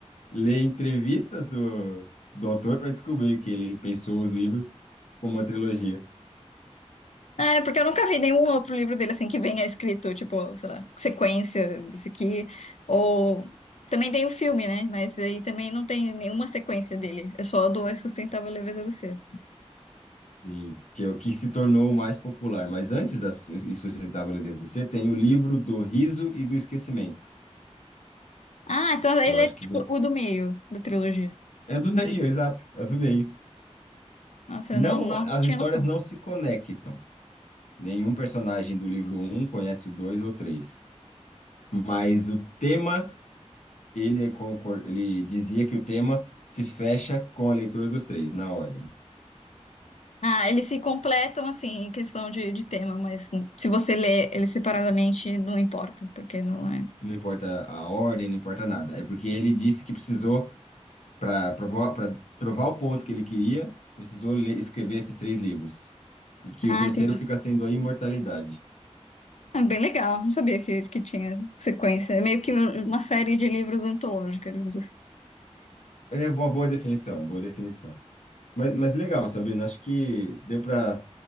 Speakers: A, on the left (about 85°); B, on the left (about 70°).
A: ler entrevistas do, do autor para descobrir que ele pensou os livros como uma trilogia.
B: É, porque eu nunca vi nenhum outro livro dele assim que venha escrito, tipo, sei lá, sequência desse aqui. Ou também tem o filme, né? Mas aí também não tem nenhuma sequência dele. É só do A Sustentável Leveza do Ser.
A: E que é o que se tornou o mais popular. Mas antes da Su- Insustentável Leveza do Ser, tem o livro do Riso e do Esquecimento,
B: Ah, então
A: que
B: ele
A: eu acho
B: é tipo
A: que
B: o do meio da trilogia.
A: é do meio, exato, é do meio.
B: Nossa,
A: Não,
B: eu não, não
A: as
B: tinha
A: histórias
B: noção.
A: não se conectam. Nenhum personagem do livro um conhece o 2 ou 3. Mas o tema, ele, é concor- ele dizia que o tema se fecha com a leitura dos três, na ordem.
B: Ah, eles se completam assim em questão de, de tema, mas se você lê eles separadamente, não importa, porque não é.
A: Não importa a ordem, não importa nada. É porque ele disse que precisou, para provar, para provar o ponto que ele queria, precisou ler- escrever esses três livros. E que
B: Ah,
A: o terceiro
B: entendi.
A: fica sendo a imortalidade.
B: Ah, bem legal. Não sabia que, que tinha sequência. É meio que uma série de livros antológica, digamos assim.
A: É uma boa definição, boa definição. Mas, mas legal, Sabrina, acho que deu para